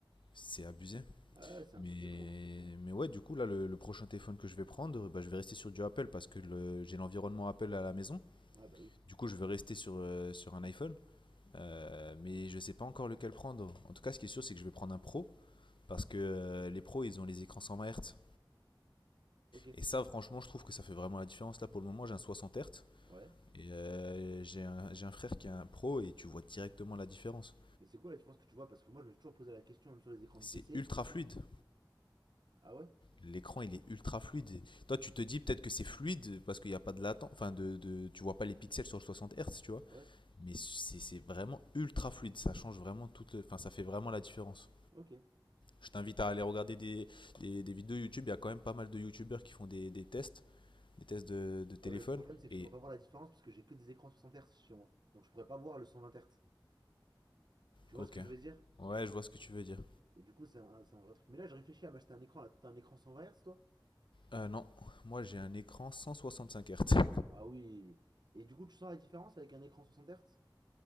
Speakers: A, on the left; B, on the right.
A: C'est abusé.
B: Ah, ouais, c'est un
A: Mais,
B: truc de fou, hein.
A: mais ouais, du coup, là, le, le prochain téléphone que je vais prendre, bah, je vais rester sur du Apple parce que le- j'ai l'environnement Apple à la maison.
B: Ouais, bah oui.
A: Du coup, je vais rester sur, euh, sur un iPhone. Euh, mais je sais pas encore lequel prendre. En tout cas, ce qui est sûr, c'est que je vais prendre un pro. Parce que euh, les pros, ils ont les écrans 120 Hz.
B: Ok,
A: Et ça, franchement, je trouve que ça fait vraiment la différence. Là, pour le moment, j'ai un 60 Hz.
B: ouais.
A: Et euh, j'ai un, un frère qui a un pro et tu vois directement la différence.
B: Mais c'est quoi la différence que tu vois? Parce que moi, je me suis toujours posé la question, même sur les écrans
A: C'est
B: de PC.
A: ultra fluide.
B: Ah ouais?
A: L'écran, il est ultra fluide. Toi, tu te dis peut-être que c'est fluide parce qu'il n'y a pas de latence. Enfin, de, de, tu vois pas les pixels sur le 60 Hz, tu vois.
B: Ouais.
A: Mais c'est vraiment ultra fluide. Ça change vraiment toute. Enfin, ça fait vraiment la différence.
B: Ok. Ouais.
A: Je t'invite à aller regarder des, des, des vidéos YouTube. Il y a quand même pas mal de YouTubeurs qui font des, des tests, des tests de, de téléphone.
B: Ouais, mais le problème, c'est que
A: Et
B: je pourrais pas voir la différence parce que j'ai que des écrans 60 Hz chez moi. Donc, je pourrais pas voir le 120 Hz. Tu vois
A: ok.
B: ce que je veux dire?
A: Ouais, je vois ce que tu veux dire.
B: Et du coup, c'est un, c'est un vrai truc. Mais là, je réfléchis à m'acheter un écran. Là, t'as un écran 120 Hz, toi?
A: Euh, non, moi j'ai un écran 165 Hz.
B: Ah oui. Et du coup, tu sens la différence avec un écran 60 Hz?